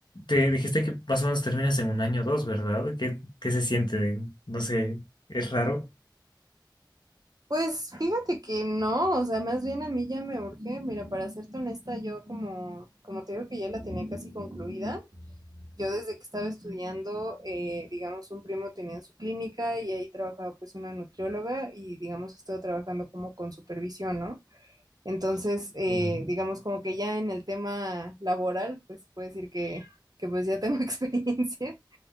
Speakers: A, on the left; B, on the right.
A: te dijiste que más o menos terminas en un año o dos, ¿verdad? ¿Qué, qué se siente? No sé, ¿es raro?
B: Pues fíjate que no, o sea, más bien a mí ya me urge, mira, para serte honesta, yo como, como te digo que ya la tenía casi concluida, yo desde que estaba estudiando, eh, digamos, un primo tenía en su clínica y ahí trabajaba pues una nutrióloga y digamos, estuvo trabajando como con supervisión, ¿no? Entonces, eh,
A: Mm.
B: digamos, como que ya en el tema laboral, pues se puede decir que, que pues ya tengo <laughs> experiencia.